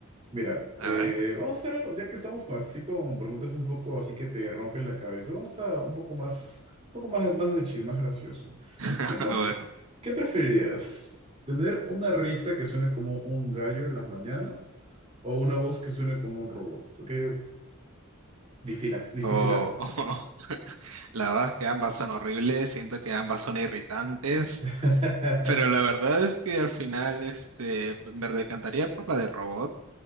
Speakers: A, on the right; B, on the right.
A: Mira,
B: A
A: eh,
B: ver,
A: vamos a hacer, algo, ya que estamos con- así con preguntas un poco así que te rompen la cabeza, vamos a un poco más, un poco más, más de chill, más gracioso.
B: <laughs>
A: Entonces,
B: a ver.
A: ¿qué preferirías? ¿Tener una risa que suene como un gallo en las mañanas o una voz que suene como un robot? ¿Ok? Difilas, dificilazo.
B: O, o- <laughs> la verdad es que ambas son horribles, siento que ambas son irritantes,
A: <laughs>
B: pero la verdad es que al final este, me decantaría por la de robot.